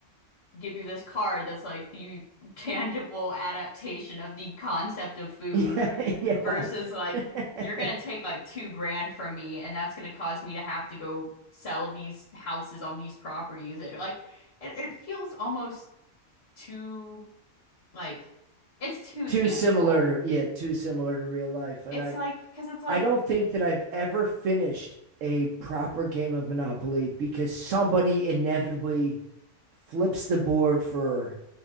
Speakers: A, on the left; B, on the right.
A: give you this card that's like the tangible adaptation of the concept of
B: <laughs>
A: food
B: Yeah. Yeah.
A: versus like
B: <laughs>
A: you're gonna take like two grand from me and that's gonna cause me to have to go sell these houses on these properties. It like it, it feels almost too like it's too
B: Too
A: tangible.
B: similar to yeah, too similar to real life. And
A: It's
B: I
A: like because it's like
B: I don't think that I've ever finished a proper game of Monopoly because somebody inevitably flips the board for